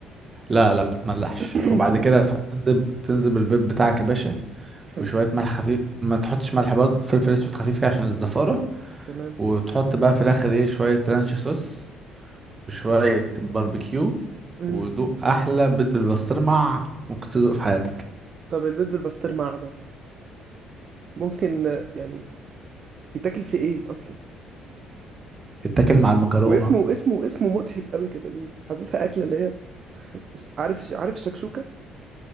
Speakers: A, on the right; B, on the right.
A: لا لا ما تملحش
B: <clears throat>
A: وبعد
B: تمام
A: كده تحط تنزل تنزل بالبيض بتاعك يا باشا
B: حلو
A: وشوية ملح خفيف ما تحطش ملح برضه فلفل اسود خفيف كده عشان الزفارة
B: تمام
A: وتحط بقى في الاخر ايه شوية رانش صوص وشوية باربيكيو
B: مم.
A: ودوق احلى بيض بالبسطرمة ممكن تدوق في حياتك
B: طب البيض بالبسطرمه قاعده ممكن آه، يعني يتاكل في ايه اصلا
A: اتاكل مع المكرونة
B: واسمه اسمه اسمه مضحك قوي كده ليه حاسسها اكله اللي هي ش- عارف عارف الشكشوكه